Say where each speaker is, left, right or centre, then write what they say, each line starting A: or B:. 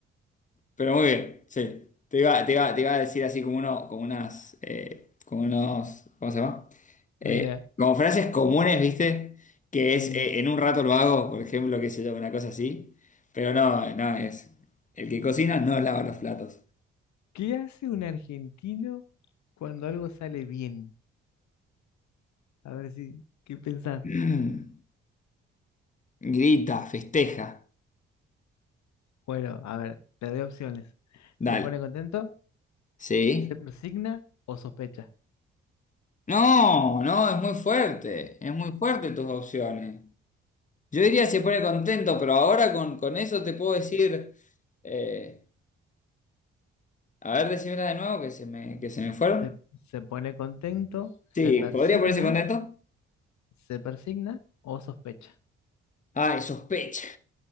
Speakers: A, on the left; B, on the left.
A: Pero muy bien, sí. Te iba, te iba, te iba a decir así como uno, como unas, eh, como unos, ¿cómo se llama? Eh,
B: Mira,
A: como frases comunes, ¿viste? Que
B: sí.
A: es eh, en un rato lo hago, por ejemplo, qué sé yo, una cosa así. Pero no, no, es el que cocina no lava los platos. <clears throat>
B: ¿Qué hace un argentino cuando algo sale bien? A ver si, ¿qué pensás?
A: Mm, grita, festeja.
B: Bueno, a ver, te doy opciones.
A: Dale.
B: ¿Se pone contento?
A: ¿Sí?
B: ¿Se persigna o sospecha?
A: No, no, es muy fuerte. Es muy fuerte tus opciones. Yo diría se pone contento, pero ahora con, con eso te puedo decir. eh, A ver, decímela de nuevo que se me, que se me fueron.
B: Se, se pone contento, se
A: Sí,
B: persigna,
A: ¿podría ponerse contento?
B: se persigna o sospecha.
A: Ay, sospecha,